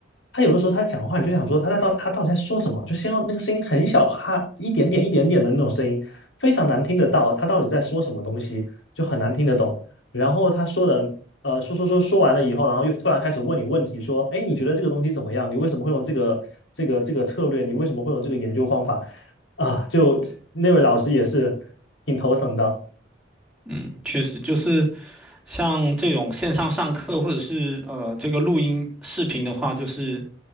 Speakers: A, on the left; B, in the centre.
A: 他有的时候他讲话，你就想说他在到他到底在说什么？就先要那个声音很小，哈，一点点一点点的那种声音，非常难听得到，他到底在说什么东西，就很难听得懂。然后他说的呃，说说说说完了以后，然后又突然开始问你问题，说，哎，你觉得这个东西怎么样？你为什么会用这个这个这个策略？你为什么会用这个研究方法？啊，就那位老师也是挺头疼的。
B: 嗯，确实就是。像这种线上上课或者是呃这个录音视频的话，就是